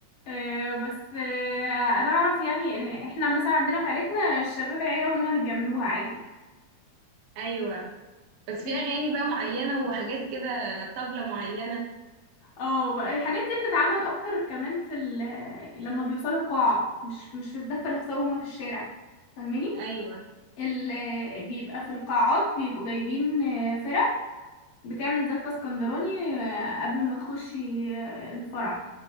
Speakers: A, on the left; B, on the right.
A: آه، بس آه، انا اعرف يعني آه، احنا مثلا عندنا في عيلتنا الشباب العيلة هم اللي بيعملوها عادي
B: ايوه بس
A: اه
B: في اغاني بقى معينة وحاجات كده طبلة معينة
A: آه، بقى الحاجات دي بتتعمل اكتر كمان في ال- آه، لما بيوصلوا القاعة مش مش في الزفة نفسها وهم في الشارع فاهماني
B: ايوه
A: ال- آه، بيبقى في القاعات بيبقوا جايبين آه، فرق بتعمل زفة اسكندراني آه، قبل ما تخشي آه، الفرح